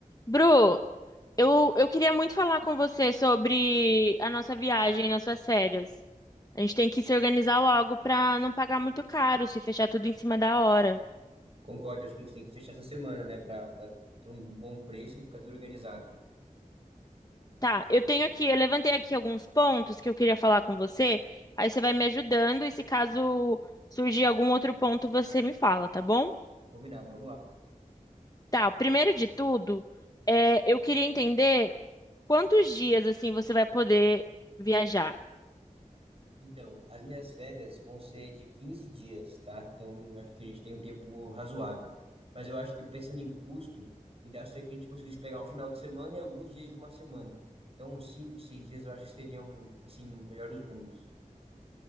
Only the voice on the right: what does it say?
Concordo, acho que a gente tem que fechar essa semana, né, Pra pra ter um bom preço e ficar tudo organizado.
Combinado, vamos lá.
Então, as minhas férias vão ser de 15 dias, tá? Então, acho que a gente tem um tempo razoável. Mas eu acho que pensando em custo, o ideal seria que a gente conseguisse pegar um final de semana e alguns dias de uma semana. Então, uns 5, 6 dias eu acho que seriam, assim, o melhor dos mundos.